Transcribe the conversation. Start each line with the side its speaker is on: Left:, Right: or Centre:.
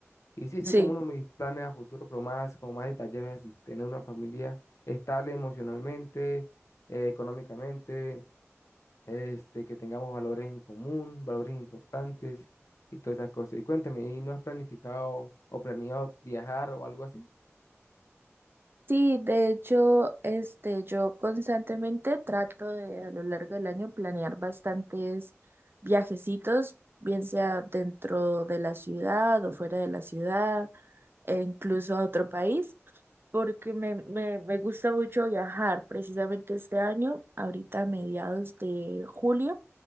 Left: Y sí, eso
Right: sí.
Left: es como uno de mis planes a futuro, pero más, como más detallados, así, tener una familia estable emocionalmente, eh, económicamente, este, que tengamos valores en común, valores importantes y todas esas cosas. Y cuéntame, ¿y no has planificado o planeado viajar o algo así?
Right: Sí, de hecho, este, yo constantemente trato de a lo largo del año planear bastantes viajecitos, bien sea dentro de la ciudad o fuera de la ciudad, e incluso a otro país, porque me, me, me gusta mucho viajar. Precisamente este año, ahorita a mediados de julio,